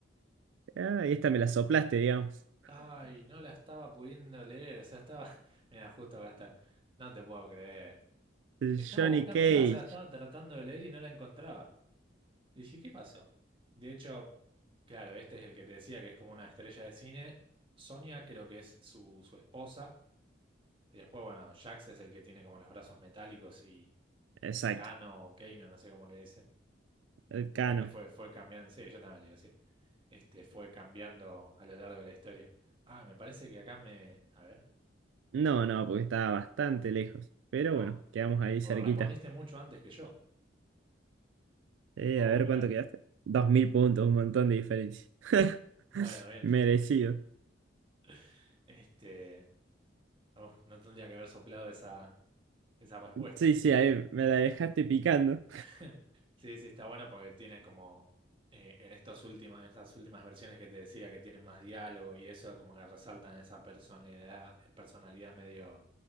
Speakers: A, on the right; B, on the right.
A: Ah, y esta me la soplaste, digamos.
B: Ay, no la estaba pudiendo leer. O sea, estaba... <laughs> Mira, justo acá está. No te puedo creer.
A: El
B: Estaba
A: Johnny
B: buscándola,
A: Cage.
B: o sea, estaba tratando de leer y no la encontraba. Dije, ¿qué pasó? De hecho, claro, este es el que te decía que es como una estrella de cine. Sonia creo que es su, su esposa. Y después, bueno, Jax es el que tiene como los brazos metálicos y
A: Exacto,
B: Kano o Kano, no sé cómo le dicen.
A: el
B: Depende,
A: Cano.
B: fue, fue cambiando. Sí, yo también le digo, sí. Este fue cambiando a lo largo de la historia. Ah, me parece que acá me. A ver,
A: No, no, porque estaba bastante lejos. Pero
B: ¿no?
A: bueno, quedamos ahí
B: Vos
A: cerquita.
B: respondiste mucho antes que yo.
A: Eh,
B: Oh,
A: a ver cuánto
B: mirá.
A: quedaste. Dos mil puntos, un montón de diferencia. <laughs>
B: Bueno, bien.
A: Merecido.
B: <laughs> Este. oh, no tendría que haber soplado esa, esa respuesta.
A: Sí, sí, ahí me la dejaste picando.
B: <laughs> Sí, sí, está bueno porque tiene como eh, en estos últimos, en estas últimas versiones que te decía que tienen más diálogo y eso, como que resaltan esa personalidad, eh, personalidad medio